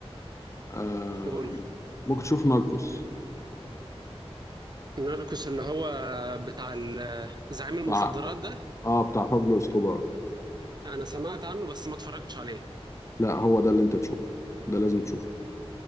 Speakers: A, on the left (about 25°); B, on the right (about 40°).
A: آه
B: قول
A: ممكن تشوف ناركوس
B: ناركوس اللي هو بتاع ال- زعيم المخدرات
A: بتاع
B: ده
A: اه بتاع بابلو اسكوبار
B: انا سمعت عنه بس ما اتفرجتش عليه
A: لا هو ده اللي انت تشوفه ده لازم تشوفه